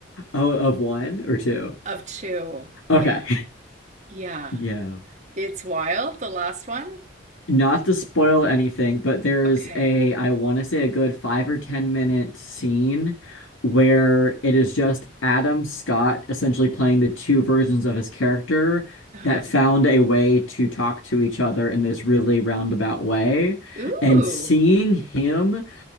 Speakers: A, on the left; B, on the right.
A: oh, of one or two.
B: of two.
A: Okay.
B: Yeah. Yeah.
A: <laughs> yeah.
B: It's wild, the last one.
A: Not to spoil anything, but there's
B: Okay.
A: a, I want to say a good five or 10 minute scene where it is just Adam Scott essentially playing the two versions of his character
B: Uh,
A: that found a way to talk to each other in this really roundabout way.
B: ooh.
A: And seeing him